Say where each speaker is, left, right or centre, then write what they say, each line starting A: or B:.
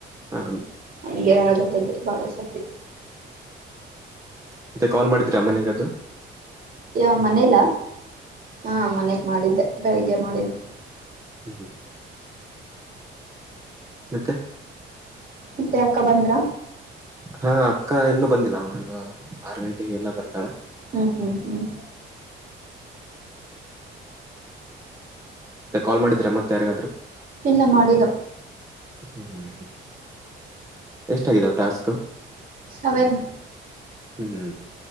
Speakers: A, on the right; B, on the right.
A: ಹ
B: ಹಂಗೆ ನಡ್ದುದ್ದದು ಬಾಳ ಸರ್ತಿ.
A: ಮತ್ತೆ ಕಾಲ್ ಮಾಡಿದ್ರಾ ಮನೆಗ ಅದು.
B: ಯ ಮನೇಲ ಹಾ ಮನೆಗ್ ಮಾಡಿದ್ದೆ ಬೆಳಿಗ್ಗೆ ಮಾಡಿದ್ದೆ.
A: ಹ್ಮ್ ಹ್ಮ್ ಮತ್ತೆ
B: ಮತ್ತೆ ಅಕ್ಕ ಬಂದ್ರ
A: ಹಾ ಅಕ್ಕ ಇನ್ನುೂ ಬಂದಿಲ್ಲ ಅವಳ ಆರು ಗಂಟೆಗೆ ಎಲ್ಲ ಬರ್ತಾಳೆ
B: ಹ್ಮ್ ಹ್ಮ್ ಹ್ಮ್
A: ಮ ಕಾಲ್ ಮಾಡಿದ್ರಾ ಮತ್ತೆ ಯಾರಿಗಾದ್ರು
B: ಇನ್ನ ಮಾಡಿಲ್ಲ
A: ಹ್ಮ್ ಎಷ್ಟಗಿದಾವ ಟಾಸ್ಕ್
B: ಸೆವನ್
A: ಹ್ಮ್ ಹ್ಮ್